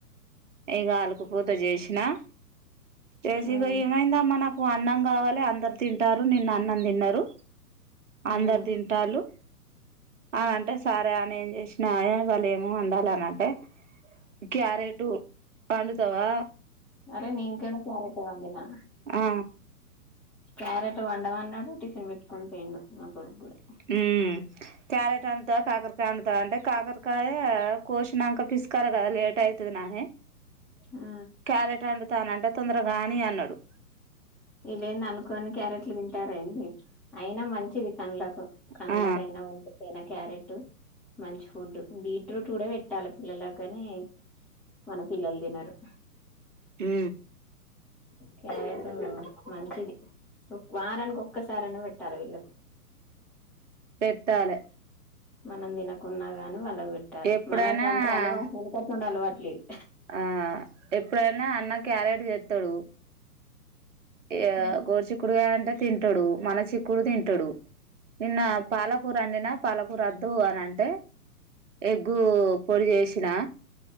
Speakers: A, on the right; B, in the centre.
A: ఇక ఆలుకు పూత చేసినా లేసి
B: ఉమ్
A: ఇగ ఏమైంది అమ్మ నాకు వ అన్నం కావాలి అందరు తింటారు నిన్న అన్నం తిన్నారు అందరు
B: ఉమ్
A: తింటాలు అని అంటే సరే అని ఏం చేసినా వాళ్ళ ఏమో వండాలనంటే క్యారేటు వండుతవా
B: అరే నేను కూడా క్యారెట్ వండినా
A: ఆ
B: క్యారెట్ వండమాన్నాడు టిఫిన్ పెట్టుకొని పోయిండు నా కొడుకు కూడా
A: ఉమ్ క్యారెట్ వండుతవ కాకరకాయ వండుతావ అంటే కాకరకాయ కోసినాక పిసుకాలే కదా లేట్ అయి అయతుంది నానీ
B: ఆ
A: క్యారేట్ వండుతానంటే తొందరగాని అన్నాడు
B: వీళ్ళు ఏంది అనుకోని క్యారెట్లు తింటారు ఏంది అయినా మంచిది కళ్లకు కండ్లకయనా
A: ఆ
B: వంటికి అయినా క్యారెట్ మంచి ఫుడ్ బీట్రూట్ కూడా పెట్టాలి పిల్లలకు కాని మన పిల్లలు తినరు
A: ఊ
B: క్యారెట్ మంచిది వారానికి ఒక్కసారైన పెట్టాలి వీళ్లకు
A: పెట్టాలే
B: మనం తినకున్నా గాని వాళ్లకు పెట్టాలి
A: ఎప్పుడైనా
B: మనకంటే అలవా వెనకట్ట్ నుండి అలవాట్లేదు
A: ఆ ఎప్పుడైనా అన్న క్యారెట్ ఏత్తడు ఇగా
B: ఉమ్
A: గోర్ చిక్కుడుగాయ్ అంటే తింటడు మన చిక్కుడ్ తింటడూ నిన్నా పాలకూరండినా పాలకూర అద్దు అని అంటే ఎగ్గూ పొడి చేషినా